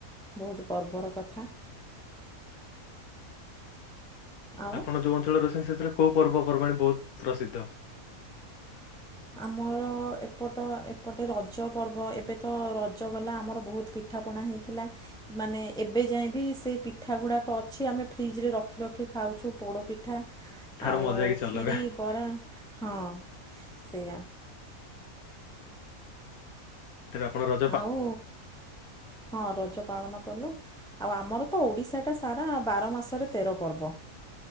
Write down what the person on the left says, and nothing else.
ଆପଣ ଯୋଉ ଅଞ୍ଚଳରେ ଅଛନ୍ତି ସେଥିରେ କୋଉ ପର୍ବପର୍ବାଣି ବହୁତ ପ୍ରସିଦ୍ଧ।
ତାର
ମଜା କିଛି
ଅଲଗା
ତେବେ ଆପଣର